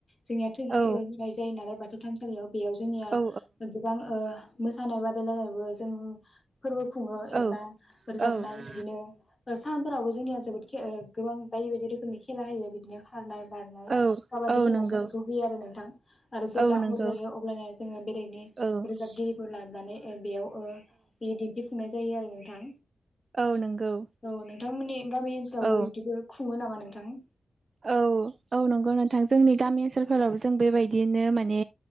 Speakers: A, on the left; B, on the right.
A: जोंनिया थैगि
B: औ
A: रुनाय जायो नालाय बाथौ थानसालियाव। बेयाव जोंनिया
B: औ
A: गोबां मोसानाय बादायलायनायबो जों फोरबो खुङो
B: औ
A: एबा रोजाबनाय
B: औ
A: बिदिनो सान फोरावबो जोंनिया जोबोद गोबां बायदि बायदि रोखोमनि खेला होयो बिदिनो खारनाय बारनाय
B: औ
A: काबादि
B: औ
A: खेला
B: नंगौ
A: बेखौ होयो आरो नों थां आरो जेब्ला
B: औ नंगौ
A: हर जायो अब्लानो जोङो बेलेगनि
B: औ औ
A: रोजाबगिरिफोर लाबनानै बेयाव बे दिन्थिफुंनाय जायो आरो नोंथां।
B: औ नंगौ
A: औ नोंथांमोननि गामि ओनसोलावबो
B: औ
A: बिब्दिबो खुङो नामा नोंथां?
B: औ औ नंगौ नोंथां जोंनि गामि ओनसोलफोराव जों बेबायदिनो माने